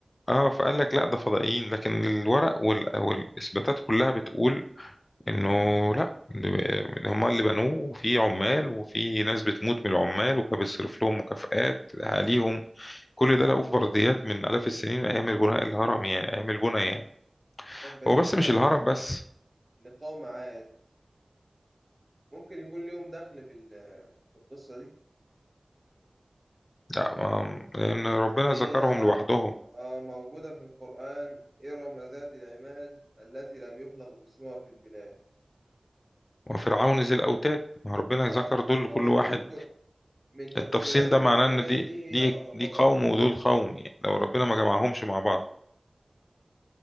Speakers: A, on the left (about 55°); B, on the right (about 15°).
A: اه فقال لك لا ده فضائيين لكن الورق وال- والاثباتات كلها بتقول انه لا إن هما اللي بنوه وفي عمال وفي ناس بتموت من العمال وكان بيصرف لهم مكافآت عليهم كل ده لقوه في برديات من آلاف السنين من ايام البناء الهرم يعني ايام البنى يعني
B: طب بالنسبة
A: هو بس مش
B: ل...
A: الهرم بس
B: لقوم عاد ممكن يكون ليهم دخل بال... بالقصة دي
A: لا ما- لان ربنا
B: أصل هي
A: ذكرهم لوحدهم
B: آه، موجودة في القرآن إرم ذات العماد التي لم يخلق مثلها في البلاد
A: وفرعون ذي الاوتاد ما ربنا
B: اه
A: ذكر دول
B: وممكن
A: كل واحد
B: تكون من تفسيرات
A: التفصيل ده
B: إن
A: معناه
B: الأوتاد
A: ان دي
B: دي هي
A: دي
B: الأهرامات
A: دي قوم ودول قوم يعني لو ربنا ما جمعهمش مع بعض